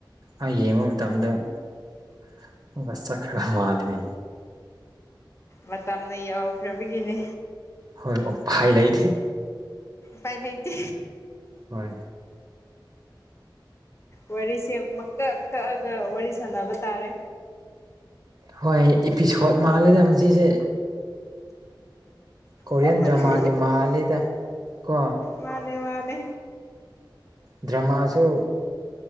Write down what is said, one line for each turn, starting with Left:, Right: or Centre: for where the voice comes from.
Right: ꯑꯩ ꯌꯦꯡꯕ ꯃꯇꯝꯗꯁꯠ ꯈꯔ ꯃꯥꯜꯂꯤꯅꯤ
Left: ꯃꯇꯝꯅ ꯌꯎꯈ꯭ꯔꯕꯒꯤꯅꯦ
Right: ꯍꯣꯏ ꯑꯣ ꯄꯥꯏ ꯂꯩꯗꯤ
Left: ꯄꯥꯏ ꯂꯩꯇ
Right: ꯍꯣꯏ
Left: ꯋꯥꯔꯤꯁꯦ ꯃꯀꯛ ꯀꯛꯑꯒ ꯋꯥꯔꯤ ꯁꯥꯟꯅꯕ ꯇꯥꯔꯦ
Right: ꯍꯣꯏ ꯏꯄꯤꯁꯣꯠ ꯃꯥꯜꯂꯦꯗ ꯃꯁꯤꯁꯦ ꯀꯣꯔꯤꯌꯟ
Left: ꯆꯞ ꯃꯥꯟꯅꯩ
Right: ꯗ꯭ꯔꯃꯥꯒꯤ ꯃꯜꯂꯤꯗ ꯀꯣ
Left: ꯃꯥꯅꯦ ꯃꯥꯅꯦ
Right: ꯗ꯭ꯔꯃꯥꯁꯨ